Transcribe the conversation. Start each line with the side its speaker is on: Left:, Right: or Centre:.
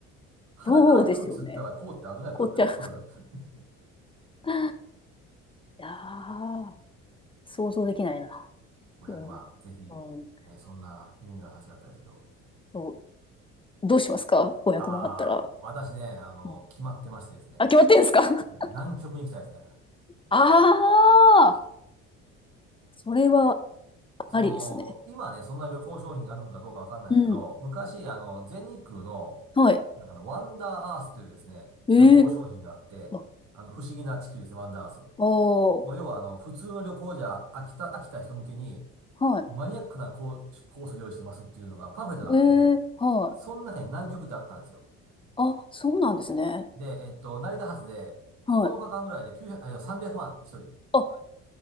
Right: 鼻から空気吸ったら凍って危ないとかってなんか聞いたことある。
Left: そうですよね。こっちゃ。<laughs> いやー、想像できないな。
Right: <laughs> 500万、
Left: うん。
Right: ぜひ、
Left: うん。
Right: ね、そんな有名な話があったんですけど。
Left: そうどうしますか ?500
Right: ああ、
Left: 万あったら。
Right: 私ね、あの、
Left: うん。
Right: 決まってましてですね。
Left: あ、決まってんですか <laughs>
Right: 南極に行きたいですね。
Left: ああ、それは
Right: その、
Left: ありですね。
Right: 今ね、そんな旅行商品があるのかどうかわかんないですけど、
Left: うん。
Right: 昔、あの、全日空の、
Left: はい。
Right: なんかあの、ワンダーアースというですね、
Left: えー、
Right: 旅行商品があって、
Left: あ、
Right: あの、不思議な地球ですね、ワンダーアース。
Left: あ
Right: もう要は、
Left: ー、
Right: あの、普通の旅行じゃ飽きた、飽きた人向けに、
Left: はい。
Right: マニアックなコー、コースを用意してますっていうのが、パンフレットがあって、
Left: えー、はい。
Right: その中に南極ってあったんですよ。
Left: あ、そうなんですね。
Right: で、えっと、成田発で、
Left: はい。
Right: 9日間ぐらいで900、あ、いや300万、一人。い
Left: あ、